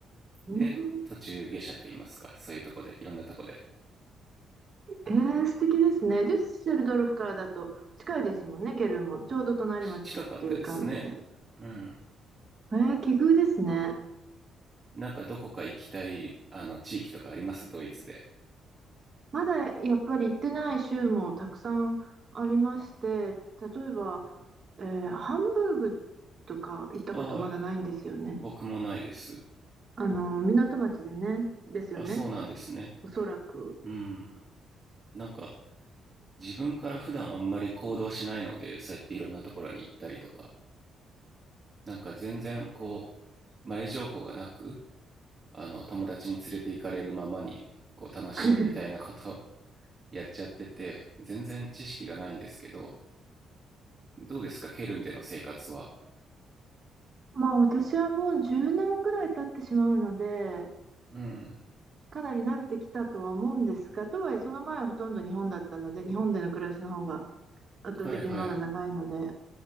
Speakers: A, on the right; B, on the right.
A: うーん
B: で、途中下車といいますか、そういうとこで、いろんなとこで
A: えー、素敵ですね。デュッセルドルフからだと近いですもんね、ケルンも。ちょうど隣町っていう感じで。
B: 近かったですね。うん。
A: えー、奇遇ですね。
B: なんかどこか行きたい、あの、地域とかありますドイツで。
A: まだやっぱり行ってない州もたくさんありまして、例えば、えーハンブーグとか行ったことまだないんですよね。
B: ああ、僕もないです。
A: あの、港町でね、ですよね、
B: あ、そうなんですね。
A: おそらく。
B: うん。なんか、自分から普段あんまり行動しないので、そうやっていろんなところに行ったりとか、なんか全然こう、前情報がなく、あの、友達に連れて行かれるままに、こう、楽しむみたいなことを
A: <laughs>
B: <laughs> やっちゃってて、全然知識がないんですけど、どうですかケルンでの生活は。
A: まあ私はもう10年ぐらい経ってしまうので、
B: うん。
A: かなり慣れてきたとは思うんですが、とはいえその前はほとんど日本だったので、日本での暮らしの方が圧倒的にまだ長いので、
B: はいはい。